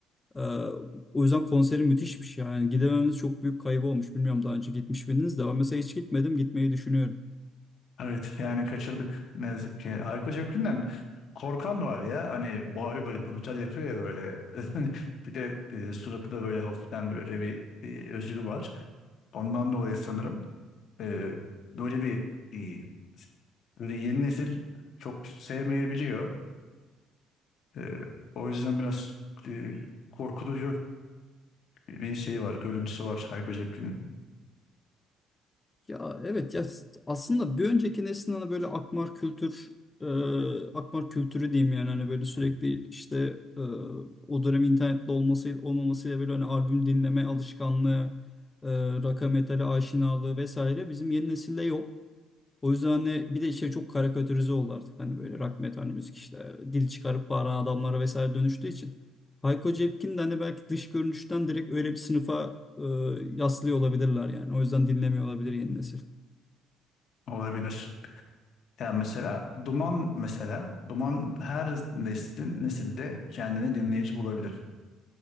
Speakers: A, on the left (about 20°); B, on the left (about 55°).
A: E, o yüzden konseri müthişmiş yani. Gidemememiz çok büyük kaybı olmuş. Bilmiyorum daha önce gitmiş miydiniz de ben mesela hiç gitmedim. Gitmeyi düşünüyorum.
B: Evet yani kaçırdık ne yazık ki. Hayko Cepkin'den korkan var ya hani bağırıyor böyle brutal yapıyor ya böyle. <laughs> Bir de e, suratı da böyle hafiften böyle bir e, özürü var. Ondan dolayı sanırım e, böyle bir e, böyle yeni nesil çok sevmeyebiliyor. Ee, o yüzden biraz e, korkutucu bir şey var, görüntüsü var Hayko Cepkin'in.
A: Ya evet ya s- aslında bir önceki neslin hani böyle akmar kültür e, akmar kültürü diyeyim yani hani böyle sürekli işte e, o dönem internetli olması olmamasıyla böyle hani albüm dinleme alışkanlığı e, rock'a metale aşinalığı vesaire bizim yeni nesilde yok. O yüzden hani bir de işte çok karikatürize oldu artık hani böyle rock metal müzik işte dil çıkarıp bağıran adamlara vesaire dönüştüğü için. Hayko Cepkin de hani belki dış görünüşten direkt öyle bir sınıfa e, yaslıyor olabilirler yani. O yüzden dinlemiyor olabilir yeni nesil.
B: Olabilir. Ya mesela Duman mesela Duman her neslin nesilde kendine dinleyici bulabilir.